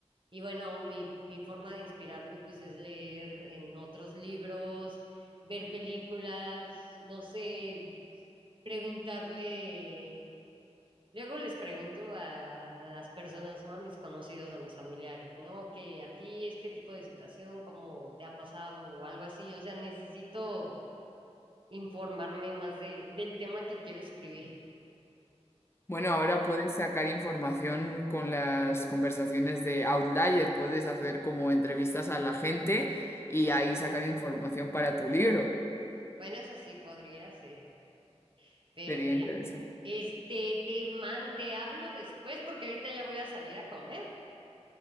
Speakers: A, on the right (about 50°); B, on the left (about 20°).
A: Y bueno, mi, mi forma de inspirarme pues es leer en otros libros, ver películas, no sé preguntarle, luego les pregunto a, a las personas, ¿no? A mis conocidos, a mis familiares, ¿no? Que a ti este tipo de situación, ¿cómo te ha pasado o algo así? O sea, necesito informarme más de, del tema que quiero escribir. <laughs>
B: Bueno, ahora puedes sacar información con las conversaciones de Outlier, puedes hacer como entrevistas a la gente y ahí sacar información para tu libro.
A: Bueno, eso sí podría ser, pero
B: Sería
A: mira,
B: interesante.
A: este, te man, te hablo después porque ahorita ya voy a salir a comer.